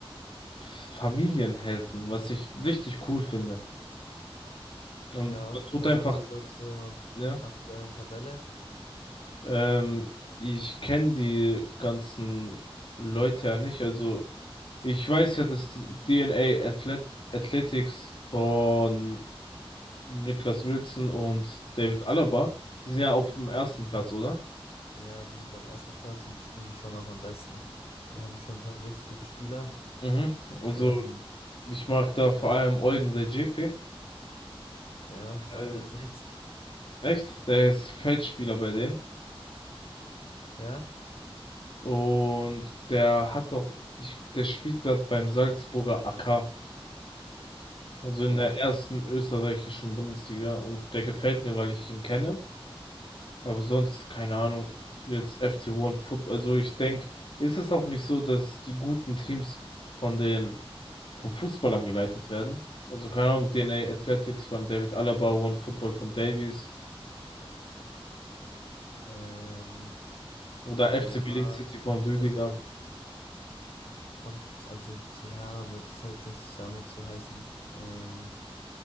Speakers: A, on the left; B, on the left.
A: Familien helfen, was ich richtig cool finde. Und
B: ja.
A: man tut
B: Was
A: einfach,
B: sagst du so zur
A: ja.
B: aktuellen Tabelle?
A: Ähm, ich kenne die ganzen Leute ja nicht. Also ich weiß ja, dass die DNA Athlet Athletics von Niklas Wilson und David Alaba, die sind ja auf dem ersten Platz, oder?
B: Ja, die sind gerade erster Platz und die spielen schon auch am besten. Die haben schon ein paar richtig gute Spieler.
A: Mhm. Also
B: Ähm,
A: ich mag da vor allem Eugen Redzepi.
B: ja, sagt
A: Äh,
B: mir jetzt nichts.
A: echt? Der ist Feldspieler bei denen.
B: Ja,
A: Und der hat doch, ich, der spielt gerade beim Salzburger AK. Also in
B: ja.
A: der ersten österreichischen Bundesliga und der gefällt mir, weil ich ihn kenne. Aber sonst, keine Ahnung, jetzt FC One Football. Also ich denke, ist es auch nicht so, dass die guten Teams von den, von Fußballern geleitet werden? Also keine Ahnung, DNA Athletics von David Alaba, One Football von Davies
B: Ähm,
A: oder
B: ja,
A: FC Berlin City von Rüdiger.
B: also kommt, also ja, aber das hat jetzt nichts damit zu heißen. Ähm,